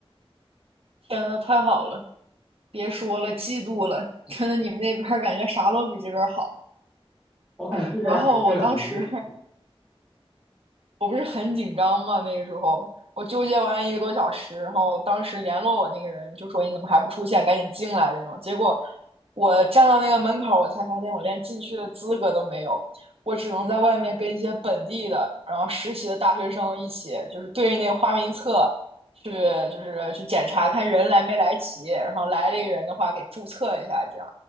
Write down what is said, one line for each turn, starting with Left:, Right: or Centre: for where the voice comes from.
Right: 天呐，太好了，别说了，嫉妒了，真的你们那边感觉啥都比这边好。
Centre: 我感觉这边儿可能确实，
Right: 哎呀，然后我当时我不是很紧张嘛，那个时候我纠结完一个多小时，然后当时联络我那个人就说你怎么还不出现，赶紧进来这种。结果我站到那个门口，我才发现我连进去的资格都没有，我只能在外面跟一些本地的，然后实习的大学生一起，就是对着那个花名册去，就是去检查看人来没来齐，然后来了一个人的话给注册一下，这样。